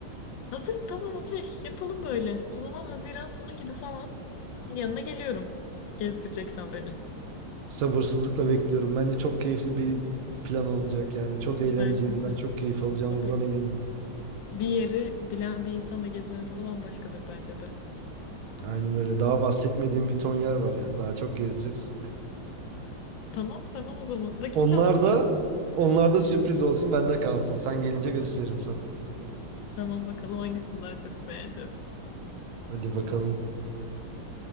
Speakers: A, on the left; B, on the right.
A: hazırım tamam okey yapalım böyle. O zaman Haziran sonu gibi falan yanına geliyorum. Gezdireceksen beni.
B: Sabırsızlıkla bekliyorum. Bence çok keyifli bir plan olacak. Yani çok eğleneceğimizden,
A: Bence de.
B: çok keyif alacağımızdan
A: Abi,
B: eminim.
A: bir yeri bilen bir insanla gezmenin tadı bambaşkadır bence de.
B: Aynen öyle. Daha bahsetmediğim bir ton yer var yani. Daha çok gezeceğiz.
A: Tamam tamam o zaman. Vakit
B: Onlar
A: kalırsa
B: da onlar da sürpriz olsun, bende kalsın. Sen gelince gösteririm sana.
A: tamam bakalım hangisini daha çok beğendim.
B: Hadi bakalım.